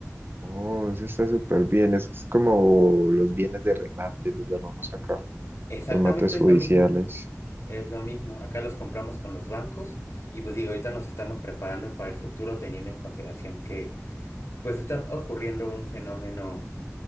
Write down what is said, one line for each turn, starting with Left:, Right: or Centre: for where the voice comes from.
Right: Oh, eso está súper bien. Es como los bienes de remate, los llamamos acá.
Left: Exactamente
Right: Remates
Left: es
Right: judiciales.
Left: lo mismo, es lo mismo. Acá los compramos con los bancos y pues digo, ahorita nos estamos preparando para el futuro teniendo en consideración que pues está ocurriendo un fenómeno